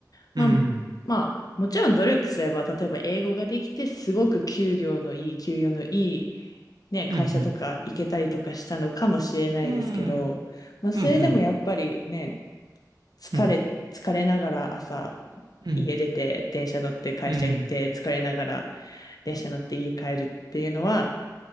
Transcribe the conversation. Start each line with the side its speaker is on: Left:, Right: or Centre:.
Left: まあ、
Right: うん。
Left: まあ、もちろん努力すれば、例えば英語ができて、すごく給料のいい、給与のいい、ね、会社とか行けたりとかしたのかもしれないですけど、
Right: うん。うん。うん。
Left: まあ、それでもやっぱりね、
Right: うん。
Left: 疲れ、
Right: うん。
Left: 疲れながら朝、
Right: うん。
Left: 家出て、電車乗って会社行って、
Right: うん。うん。
Left: 疲れながら電車乗って家帰るっていうのは、